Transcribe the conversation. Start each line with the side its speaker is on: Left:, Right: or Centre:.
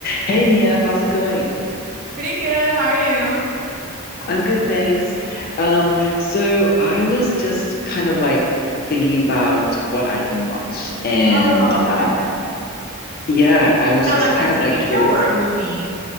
Left: Hey Mia, how's it going?
Right: Pretty good. How are you?
Left: I'm good, thanks. Um, so I was just kind of like thinking about what I can watch, and
Right: Oh, okay.
Left: um, yeah, I was
Right: Yeah,
Left: just
Right: like
Left: kind
Right: a TV
Left: of like
Right: show
Left: curious.
Right: or a movie?